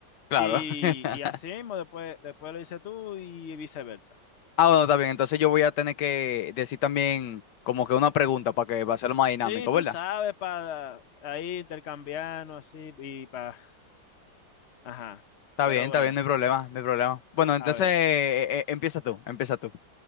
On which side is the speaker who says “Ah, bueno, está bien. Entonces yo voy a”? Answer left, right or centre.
Left